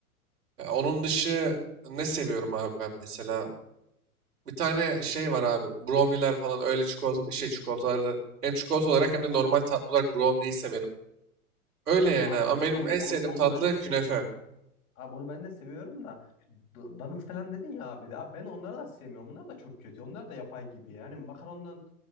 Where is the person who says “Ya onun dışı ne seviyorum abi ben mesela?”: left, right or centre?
Right